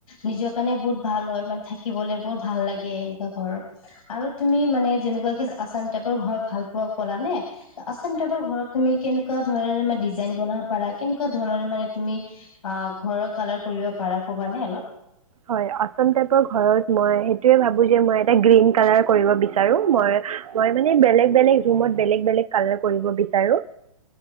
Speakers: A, on the left; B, on the right.
A: নিজৰ কাৰণে বহুত ভাল হয়। মানে থাকিবলে বহত ভাল লাগে এনেকুৱা ঘৰৰ। আৰু তুমি মানে যেনেকুৱা কি আছাম টাইপৰ ঘৰ ভাল পোৱা ক'লা নে ত আছাম টাইপৰ ঘৰত তুমি কেনেকুৱা ধৰণৰ ডিজাইন বনাব পাৰা কেনেকুৱা ধৰণৰ মানে তুমি অ ঘৰৰ কালাৰ কৰিব পাৰা ক'বানে অলপ?
B: হয় আসাম টাইপ ৰ ঘৰত মই সেইটোয়ে ভাবোঁ যে, মই এটা গ্ৰীণ কালাৰ কৰিব বিচাৰো । মই ম‌ই মানে বেলেগ বেলেগ ৰোমত বেলেগে বেলেগে কালাৰ কৰিব বিচাৰো।